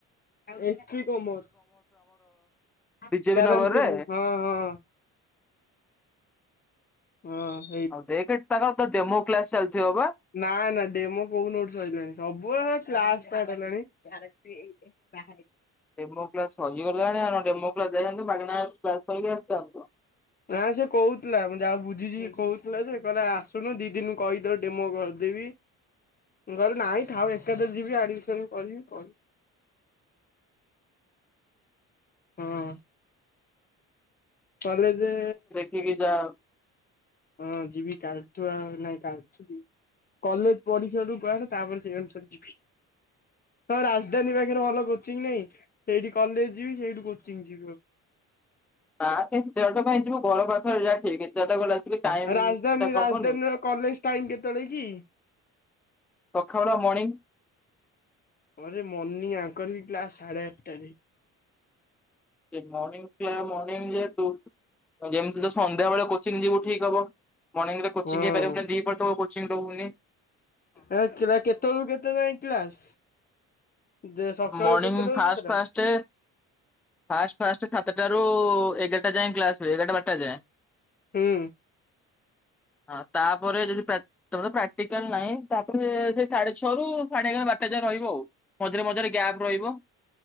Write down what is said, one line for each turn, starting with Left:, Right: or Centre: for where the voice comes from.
Left: A C P commerce. କ୍ୟାରମ
Centre: BJP ନଗରରେ
Left: ଫିରୁ ହଁ ହଁ। <inaudible>
Centre: ହଉ ଦେଖ୍ ତାଙ୍କ ତ ଡେମୋ କ୍ଲାସ ଚାଲିଥିବ ବା।
Left: ନା ନା ଡେମୋ କୋଉ ଦିନଠୁ ସରିଲାଣି ସବୁ୍ ହେ କ୍ଲାସ ଷ୍ଟାର୍ଟ ହେଲାଣି। ଏ ବାହାରେ।
Centre: ଡେମୋ କ୍ଲାସ୍ ହଜିଗଲାଣି ଆ ଡେମ କ୍ଲାସ ଯାଇଥାନ୍ତୁ ମାଗଣା କ୍ଲାସ କରିକି ଆସିଥାନ୍ତୁ।
Left: ନା ସେ କହୁଥିଲାଁ ଯାହା ବୁଝିଛି କହୁଥିଲା ସେ କହିଲା ଆସୁନୁ ଦି ଦିନି କହିଦେଉ ଡେମୋ କରିଦ। ଦେବି ମୁଁ କହିଲି ଥାଉ ନାଇଁ ଥାଉ ଏକାଥରେ ଯିବି ଆଦିମିସନ୍ କରିବି କିରି ହଁ। କଲେଜେ
Centre: ଠିକି ଯା।
Left: ହଁ ଯିବି କାଲଠୁ ଆ ନାଇଁ କାଲଠୁ ଯିବି। କଲେଜ ପଢିସାରି କୁହେ ତାପରେ ସେଇ ଅନୁସରେ ଯିବି। ତ ରାଜଧାନୀ ପାଖରେ ଭଲ କୋଚିଂ ନହିଁ ସେଇଠି କଲେଜ ଯିବି ସେଇଠି କୋଚିଂ ଯିବି।
Centre: ନା ବେ ଏତେ ବାଟ କାଇଁ ଯିବୁ ଘର ପାଖ ଏଟା ଠିକ୍ ଏତେ ବାଟ ଗଲେ ଟାଇମ୍
Left: ହଁ ରାଜଧାନୀ
Centre: ଟା ହବନି।
Left: ରାଜଧାନୀର କଲେଜ ଟାଇମି କେତେବେଳେ କି?
Centre: ସଖାଳ ମର୍ଣ୍ଣିଂ।
Left: ହଁ ଯେ ମଣିଂ ଆଙ୍କର ବି କ୍ଲାସ୍ ସାଢ଼େ ଆଠଟାରେ।
Centre: ମଣିଂ କ୍ଲାସ ମଣିଂ ଯେହେତୁ ଯେମିତି ତ ସନ୍ଧ୍ୟାବେଳେ କୋଚିଂ ଯିବୁ ଠିକ୍ ହବ। ମର୍ଣିଂରେ କୋଚିଂ
Left: ହଁ
Centre: ହେଇପାରିବ କି ଦେଇ ପାରୁଥିବ କୋଚିଂ ରୁମାନେ
Left: ଏ କିଲା କେତେବେଳକୁ କେତେ ବେଳଯାଏ କ୍ଲାସ? ଯେ ସକାଳୁ
Centre: ମର୍ଣ୍ଣିଂ
Left: କେତେଟାରୁ
Centre: ଫାଷ୍ଟ
Left: କେତେଟା?
Centre: ଫାଷ୍ଟେ ଫାଷ୍ଟ ଫାଷ୍ଟ ସାତଟାରୁ ଏଗାରଟା ଯାଏ କ୍ଲାସୁ ହୁଏ ଏଗାରଟା ବାରଟା ଯାଏ।
Left: ହୁଁ।
Centre: ହଁ ତାପରେ ଯଦି ପା କେବଳ ପ୍ରାକ୍ଟିକାଲ ନାହିଁ ତାପରେ ସେ ସାଢେ ଛଅରୁ ସାଢେ ଏଗାର ବାରଟା ଯାଏଁ ରହିବ ଆଉ। ମଝିରେ ମଝିରେ ଗ୍ୟାପ୍ ରହିବ।